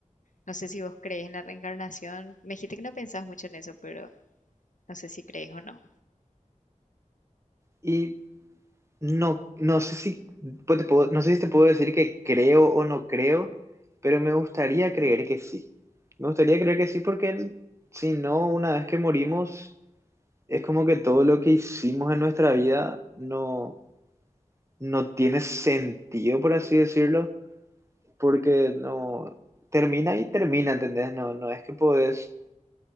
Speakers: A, on the left; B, on the right.
A: no sé si vos crees en la reencarnación. Me dijiste que no pensás mucho en eso, pero no sé si crees o no.
B: Y no, no sé si, pues te puedo- no sé si te puedo decir que creo o no creo, pero me gustaría creer que sí. Me gustaría creer que sí porque si no, una vez que morimos, es como que todo lo que hicimos en nuestra vida no, no tiene sentido, por así decirlo porque no termina y termina, ¿entendés? No, no es que podés